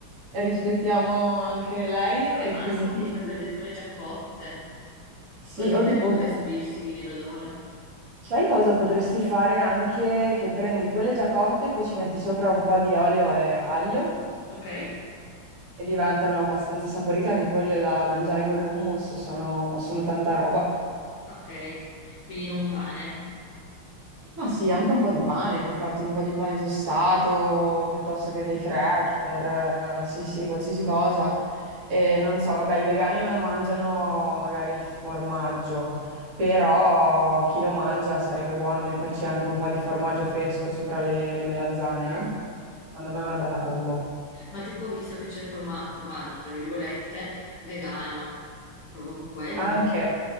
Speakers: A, on the right; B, on the left.
A: Rispettiamo anche lei
B: Però
A: e
B: al massimo
A: quindi
B: potrei prendere quelle già cotte,
A: Sì,
B: così
A: o
B: non
A: tipo,
B: deve subirsi l'odore.
A: sai cosa potresti fare anche che prendi quelle già cotte, poi ci metti sopra un po' di olio e aglio
B: Ok?
A: e diventano abbastanza saporite anche quelle da mangiare con l'hummus, sono, sono tanta roba.
B: Ok, quindi non pane.
A: Ma sì, anche un po' di pane, puoi farti un po' di pane tostato piuttosto
B: Ok,
A: che dei cracker, eh, sì, sì, qualsiasi cosa. E non so, vabbè, i vegani non mangiano magari il formaggio, però chi lo mangia sarebbe buono metterci anche un po' di formaggio fresco sopra le, le melanzane,
B: ok.
A: eh? Secondo me è una bella combo.
B: Ma tipo ho visto che c'è il forma- formaggio, tra virgolette, vegano. Provo con quello.
A: Anche,